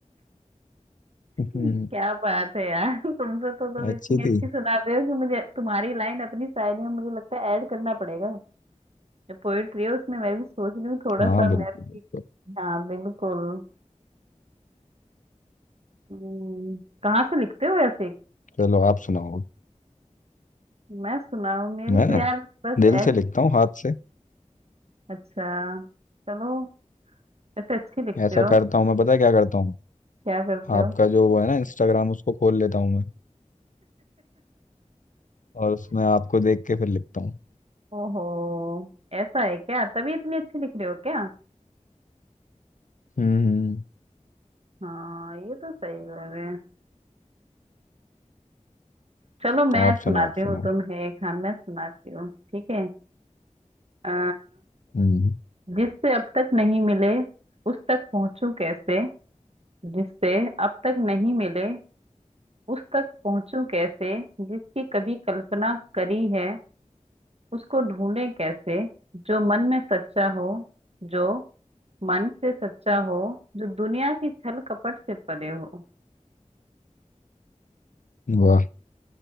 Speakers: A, on the right; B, on the left.
A: <laughs>
B: <laughs>
A: क्या बात है यार तुमसे तो तुम
B: अच्छी
A: इतनी अच्छी
B: थी
A: सुनाते हो कि मुझे तुम्हारी लाइन अपनी शायरी में मुझे लगता है ऐड करना पड़ेगा जो पोएट्री है उसमें मैं भी सोच रही हूँ थोड़ा
B: हाँ
A: सा
B: बिल्कुल
A: मैं भी
B: बिल्कुल।
A: हाँ बिल्कुल हम्म, कहाँ से लिखते हो ऐसे
B: चलो आप सुनाओ
A: मैं सुना हूँ मेरी
B: मैं
A: तो
B: ना
A: यार बस
B: दिल
A: ऐस
B: से लिखता हूँ हाथ से
A: अच्छा चलो ऐसे अच्छी लिखते
B: ऐसा
A: हो
B: करता हूँ मैं पता है क्या करता हूँ
A: क्या करते हो
B: आपका जो वो है ना इंस्टाग्राम उसको खोल लेता हूँ मैं और उसमें आपको देख के फिर लिखता हूँ
A: ओहो ऐसा है क्या तभी इतनी अच्छी लिख रहे हो क्या
B: हम्म हम्म,
A: हाँ ये तो सही बोल रहे हैं चलो मैं
B: आप
A: सुनाती
B: सुनाओ आप
A: हूँ
B: सुनाओ
A: तुम्हें एक हाँ मैं सुनाती हूँ ठीक है अ,
B: हम्म
A: जिससे अब तक नहीं मिले उस तक पहुंचूं कैसे जिससे अब तक नहीं मिले उस तक पहुंचूं कैसे जिसकी कभी कल्पना करी है उसको ढूंढे कैसे जो मन में सच्चा हो जो मन से सच्चा हो जो दुनिया की छल कपट से परे हो <laughs>
B: वाह